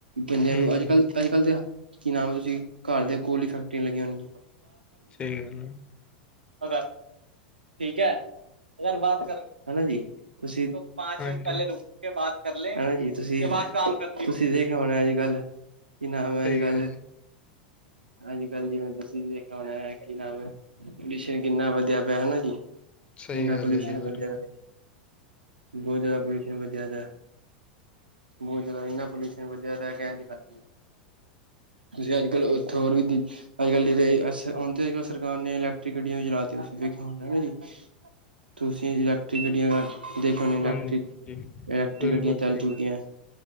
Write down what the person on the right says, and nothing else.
ਬੰਦਿਆਂ
ਨੂੰ ਅੱਜ -ਕੱਲ੍ਹ
ਅੱਜ ਕਲ ਤੇ ਕੀ ਨਾਮ ਤੁਸੀਂ ਘਰ ਦੇ ਕੋਲ ਹੀ ਫੈਕਟਰੀਆਂ ਲਗੀਆਂ ਹੋਣ
ਅਗਰ ਠੀਕ ਐ। ਅਗਰ ਬਾਤ ਕਰਨੀ ਹਨਾ ਜੀ। ਤੁਸੀਂ ਪੰਜ
ਮਿੰਟ ਪਹਿਲੇ ਰੁਕ ਕੇ ਬਾਤ ਕਰ ਲਏ, ਉਸ ਕੇ ਬਾਅਦ ਬਾਤ ਕਰ ਲਿਓ ਕੀ ਨਾਮ
ਅੱਜ ਕੱਲ
ਅੱਜ ਕੱਲ ਜਿਵੇਂ ਤੁਸੀਂ ਦੇਖਿਆ ਹੋਣਾ ਹੈ ਕਿ ਨਾਮ ਪੋਲਿਊਸ਼ਨ ਕਿੰਨਾ ਵਧਿਆ ਪਿਆ। ਹਨਾ ਜੀ
ਕਿੰਨਾ
ਪੋਲਿਊਸ਼ਨ
ਵਧਿਆ
ਬਹੁਤਿਆਦਾ ਪੋਲਊਸ਼ਨ ਬਹੁਤ ਜ਼ਿਆਦਾ ਬੂਝਦਾ ਐਨਾ ਪੋਲਿਊਸ਼ਨ ਵਧਿਆ ਕਹਿਣ ਦੀ ਹੱਦ ਨਹੀਂ ਤੁਸੀਂ ਅੱਜ -ਕੱਲ੍ਹ ਉੱਥੇ ਹੋਰ ਵੀ, ਅੱਜ -ਕੱਲ੍ਹ ਰਹੇ ਹੁਣ ਅੱਜ -ਕੱਲ ਸਰਕਾਰ ਨੇ ਇਲੈਕ ਗੱ ਵੀ ਚਲਾ ਤੁਸੀਂ ਵਖਿਆ ਹਾ ਜੀ ਤੁਸੀਂ ਇਲੈਕਟ੍ਰਿਕ ਗੱਡੀਆਂ ਇਲੈਕਟ੍ਰਕ-ਇਲੈਕਟ੍ਰਿਕ
ਗੱਡੀਆਂ ਚੱਲ
ਚੁੱਕੀਆਂ
ਹੈ।